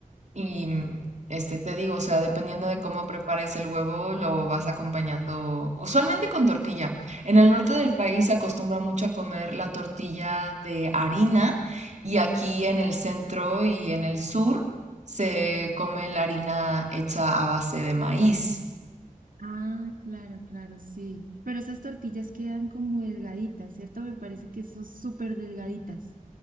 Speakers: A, on the right; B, on the right.
A: y mm, este, te digo, o sea, dependiendo de cómo prepares el huevo, lo vas acompañando usualmente con tortilla. En el norte del país se acostumbra mucho a comer la tortilla de harina y aquí en el centro y en el sur se come la harina hecha a base de maíz.
B: Ah, claro, claro, sí. Pero esas tortillas quedan como delgaditas, ¿cierto? Me parece que son súper delgaditas,